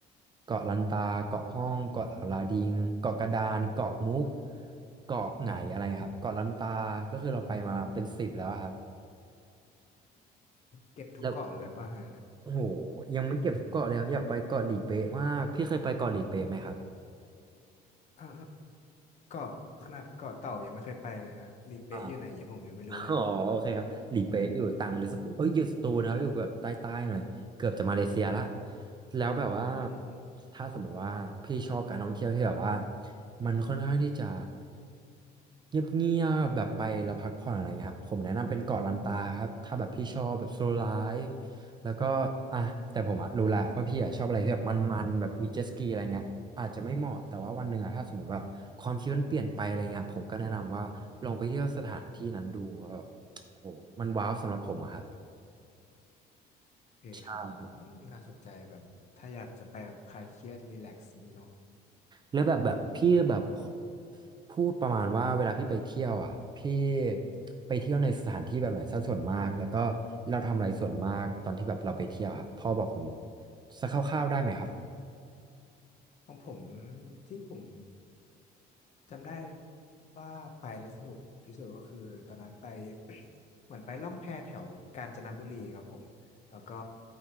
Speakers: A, on the right; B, on the left.
A: เกาะลันตาเกาะห้องเกาะเหลาลาดิงเกาะกระดานเกาะมุกเกาะไหงอะไรครับเกาะลันตาก็คือเราไปมาเป็นสิบแล้วอะครับ
B: เก็บทุกเกาะเลยป่ะฮะ
A: แล้วโอ้โหยังไม่เก็บทุกเกาะเลยครับอยากไปเกาะหลีเป๊ะมากพี่เคยไปเกาะหลีเป๊ะไหมครับ
B: อ่าเกาะขนาดเกาะเต่ายังไม่เคยไปเลยฮะหลีเป๊ะอยู่ไหนยังผมยังไม่รู้เลย
A: อ่า อ๋อโอเคครับหลีเป๊ะอยู่ตรังหรือสตูเอ้ยอยู่สตูนะครับอยู่แบบใต้ๆหน่อยเกือบจะมาเลเซียละแล้วแบบว่า
B: อืม
A: ถ้าสมมุติว่าพี่ชอบการท่องเที่ยวที่แบบว่ามันค่อนข้างที่จะเงียบๆแบบไปแล้วพักผ่อนอะไรเงี้ยครับผมแนะนำเป็นเกาะลันตาครับถ้าแบบพี่ชอบแบบโซลไลฟ์แล้วก็อ่ะแต่ผมอะรู้ละว่าพี่อะชอบอะไรที่แบบมันๆแบบมีเจ็ตสกีอะไรเงี้ย อาจจะไม่เหมาะแต่ว่าวันหนึ่งอะถ้าสมมติแบบความคิดมันเปลี่ยนไปอะไรเงี้ยผมก็แนะนำว่าลองไปเที่ยวสถานที่นั้นดูว่าแบบโอ้โหมันว้าวสำหรับผมอะครับ
B: โอเคครับผมอืมน่าสนใจแบบถ้าอยากจะไปแบบคลายเครียดรีแลกซ์อย่างนี้เนาะ
A: ใช่ครับแล้วแบบแบบพี่แบบพูดประมาณว่าเวลาพี่ไปเที่ยวอ่ะพี่ไปเที่ยวในสถานที่แบบไหนซะส่วนมากแล้วก็เราทำอะไรส่วนมากตอนที่แบบเราไปเที่ยวครับพ่อบอกผมสักคร่าวๆได้ไหมครับ
B: ของผมที่ผมจำได้ว่าไปแล้วสนุกที่สุดก็คือตอนนั้นไป <coughs> เหมือนไปล่องแพแถวกาญจนบุรีครับผมแล้วก็